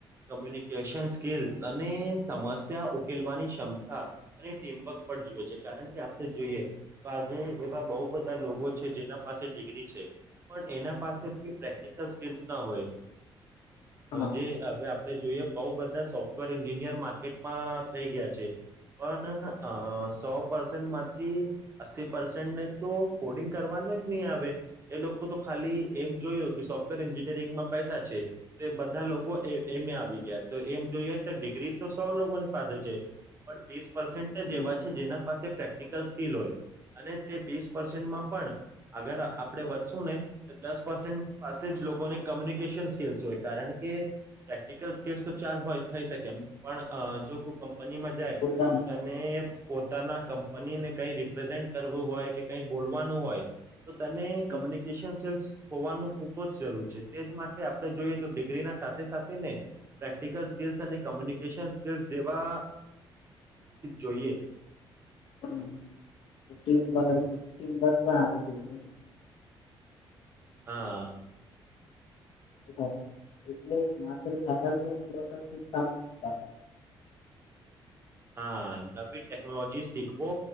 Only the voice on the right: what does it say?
કમ્યુનિકેશન સ્કીલ્સ અને સમસ્યા ઉકેલવાની ક્ષમતા અને ટીમવર્ક એ છે કારણ કે આપણે જોઈએ તો આજે એવા બહ બધા લોકો છે જેના પાસે છે પણ એના પાસે કોઈ પ્રેક્ટિકલ સ્કીલ ના હોય.
જે હ. આપણે જોઈએ બઉુ બધા સોફ્ટવેર એન્જિનિયર માર્કેટમાં થઈ ગયા છે. પણ સો પર્સેન્ટ માંથી અસ્સી પર્સેન્ટને તો કોડિંગ કરવાનું જ નહી આવે. એ લોકો તો ખાલી એમ જોયું કે સોફ્ટવેર એન્જિનિયરિંગમાં પૈસા છે તો એ બધા લોકો એમ આવી ગયા તો એમ જોઈએ તો ડિગ્રી તો સૌ લોકોની પાસે છે. પણ બીસ પસેન્ટ
જ એવા છે જેના પાસે પ્રેક્ટિકલ સ્કીલ હોય. અને તે વીસ પસેન્ટમાં પણ આગળ આપ વધશું ને દસ પસેન્ટ પાસે જ લોકોને કોમ્યુનિકેશન સ્કીલ્સ હોય કારણ કે પ્રેક્ટિકલ સ્કી તો ચાલ હોય થઈ શકે એમ પણ જો તું પની માં જાય
તો તને પોતાના કંપનીને કઈ રિપ્રેઝેન્ટ કરવું હોય કે કઈ બોલવાનું હોય તો તને કમ્યુનિકેશન
સ્કિલ્લ્સ હોવાનું ખૂબ જ જરૂર છે તેજ માટે આપણે જોઈએ તો ડિગ્રી ના સાથે સાથે ને પ્રેક્ટિકલ સ્ક અને કોમ્યુનિકેશન સ્કસ જેવા જોઈએ
હા
હા નવી ટેકનોલોજી શીખવો